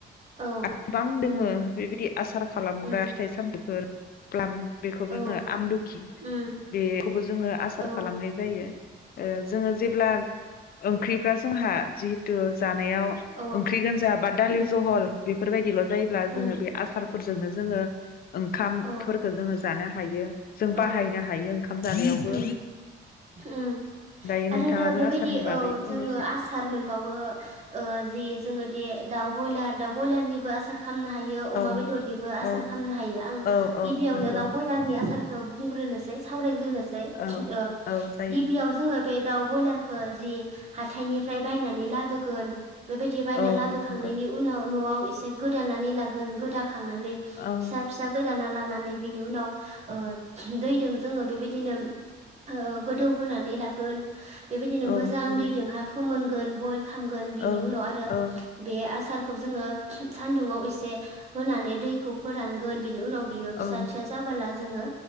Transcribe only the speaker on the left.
आरो गोबां दोङो
बेबायदि आसार खालामग्रा
फिथाइ सामथाइफोर प्लाम बेखौबो
जोङो आमलुखि
बे खौबो जोङो आसार
खालामनाय जायो <unintelligible> ओ जोंङो जेब्ला ओंख्रि <unintelligible> जोंहा जिहेथु जान नायाव
ओंख्रि गोनजा बा दालि
जहल बे बेफोरबायदिल' जायोब्ला
जोङो बे आसार फोरजोंनो जोङो ओंखामफोरखौ
जोङो जानो हायो जों
बाहायनो हायो जानायावबो
दायो
नोंथाङाबो
आसारनि
बागै फंनैसो
औ
औ
औ औ
नंगौ
औ
औ जायो
औ
नंगौ
औ
औ
नंगौ
औ
औ
औ